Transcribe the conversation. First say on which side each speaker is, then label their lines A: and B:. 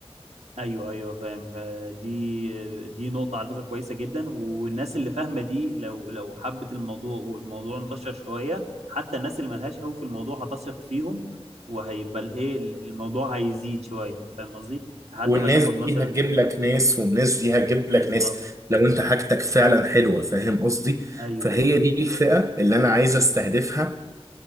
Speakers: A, on the right; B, on the right.
A: ايوه ايوه فاهم آه، دي دي نقطة على فكرة كويسة جدا والناس اللي فاهمة دي لو لو حبت الموضوع والموضوع انتشر شوية حتى الناس اللي ملهاش قوي في الموضوع هتثق فيهم وهيبقى الايه ال- الموضوع هيزيد شوية فاهم قصدي لحد
B: والناس
A: ما مم. تاخد
B: دي
A: مثلا
B: هتجيب لك ناس والناس دي هتجيب
A: بالظبط
B: لك ناس لو انت حاجتك فعلا حلوه فاهم قصدي
A: ايوه
B: فهي
A: ايوه
B: دي الفئه اللي انا عايز استهدفها